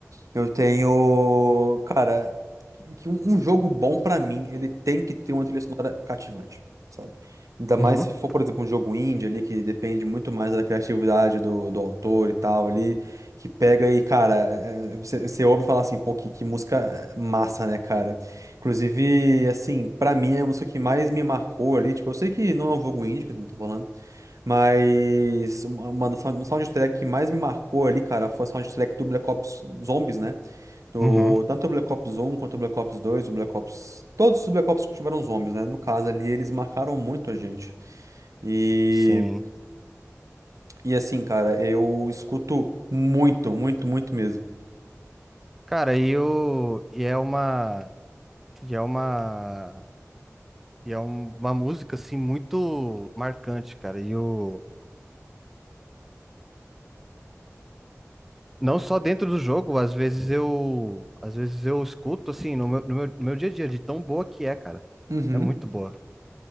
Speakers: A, on the right; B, in the centre.
A: Eu tenho, cara, que um um jogo bom pra mim, ele tem que ter uma trilha sonora cativante, sabe? Ainda
B: Uhum,
A: mais se for, por exemplo, um jogo indie ali que depende muito mais da criatividade do, do autor e tal ali, que pega e, cara, é- é, você você ouve falar assim, pô, que, que música massa, né, cara? Inclusive, assim, pra mim é a música que mais me marcou ali, tipo, eu sei que não é um jogo indie, que eu não tô falando, mas uma, uma das sound- soundtrack que mais me marcou ali, cara, foi a soundtrack do Black Ops Zombies, né? Do,
B: uhum,
A: tanto o Black Ops um quanto o Black Ops 2 o Black Ops. Todos os Black Ops que tiveram zombies, né? No caso ali, eles marcaram muito a gente. E,
B: sim.
A: e assim, cara, eu escuto muito, muito, muito mesmo.
B: Cara, e o, e é uma, e é uma, e é um- uma música, assim, muito marcante, cara. E o, Não só dentro do jogo, às vezes eu, às vezes eu escuto assim no meu, no meu, no meu dia a dia de tão boa que é, cara.
A: Uhum.
B: É muito boa.